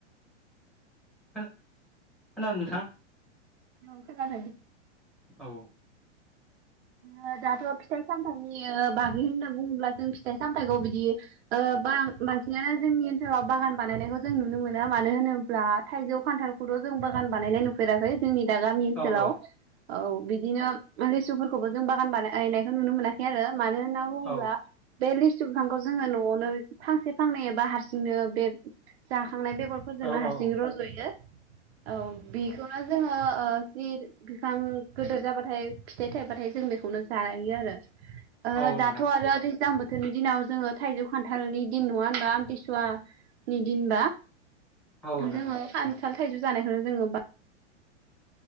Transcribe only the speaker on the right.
औ खोनादों
ओ दाथ' फिथाइ सामथायनि ओ बागै होनना होनना बुङोब्ला जों फिथाइ सामथाइखौ बिदि ओ बां बांसिनानो जोंनि ओनसोलाव बागान बानायनायखौ जों नुनो मोनो मानो होनोब्ला थाइजौ खान्थालखौथ' जों बागान बानायनाय नुफेराखै जोंनि दा गामि ओनसोलाव
औ बिदिनो लिसु फोर खौबो जों बागान बानायनायखौ नुनो मोनाखै आरो मानो होनना बुङोब्ला
बे लिसु बिफांखौ जोङो न'आवनो फांसे फांनै एबा हारसिंनो बे जाखांनाय बेगरफोरजोंनो
हारसिं रज'यो औ बेखौनो जोङो ओ जिर बिफां गिदोर जाबा थाय फिथाइ थायबाथाय जों बेखौनो जायो आरो
दाथ'
आरो दैज्लां बोथोर गोदोनि दिनाव जोङो थाइजौ खान्थालनि दिन नङा होनबा आमथिसुवानि दिनबा
जोङो खान्था ल थाइजौ जानायखौनो जोङो